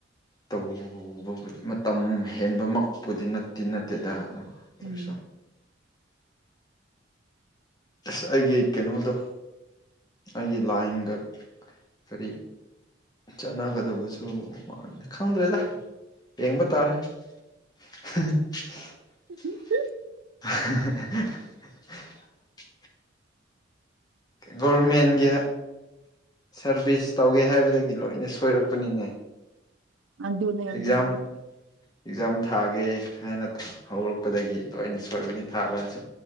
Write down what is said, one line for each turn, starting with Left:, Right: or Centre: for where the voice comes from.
Left: ꯇꯧꯕ ꯃꯇꯝ ꯍꯦꯟꯕꯃꯛꯄꯨꯗꯤ ꯅꯠꯇꯦ ꯅꯠꯇꯦꯗ ꯑꯗꯣ ꯑꯣꯏꯔꯁꯨ
Right: ꯃꯤ
Left: ꯑꯁ ꯑꯩꯒꯤ ꯀꯩꯅꯣꯗꯣ ꯑꯩꯒꯤ ꯂꯥꯏꯟꯒ ꯀꯔꯤ ꯆꯠꯅꯒꯗꯕꯁꯨ <unintelligible> ꯈꯪꯗ꯭ꯔꯦꯗ ꯌꯦꯡꯕ ꯇꯥꯔꯦ <unintelligible>
Right: <unintelligible>
Left: <unintelligible> ꯒꯣꯔꯃꯦꯟꯒꯤ ꯁꯥꯔꯚꯤꯁ ꯇꯧꯒꯦ ꯍꯥꯏꯕꯗꯒꯤ ꯂꯣꯏꯅ ꯁꯣꯏꯔꯛꯄꯅꯤꯅꯦ
Right: ꯑꯗꯨꯅꯦ
Left: ꯑꯦꯛꯖꯥꯝ
Right: ꯑꯗꯅꯦ
Left: ꯑꯦꯛꯖꯥꯝ ꯊꯥꯒꯦ ꯍꯥꯏꯅ ꯍꯧꯔꯛꯄꯗꯒꯤ ꯂꯣꯏꯅ ꯁꯣꯏꯕꯅꯤ ꯊꯥꯕ ꯍꯥꯏꯁꯨ